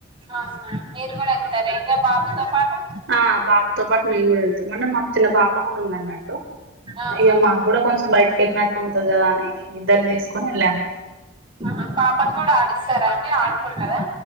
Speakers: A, on the right; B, on the right.
A: అవునా మీరు కూడా వెళ్తారా ఇంకా బాబుతో పాటు
B: ఆ బాబుతో తో పాటు మేం కూ మన మాకు చిన్న పాప కూడా ఉంది అన్నట్టు
A: ఆహా
B: ఇక మాకు కూడా కొంచెం బయటకి వెళ్ళినట్టు ఉంటది కదా అని ఇద్దరిని తీసుకొని వెళ్ళాము
A: ఆహా పాపను కూడా ఆడిస్తారా అండి ఆడుకుంటదా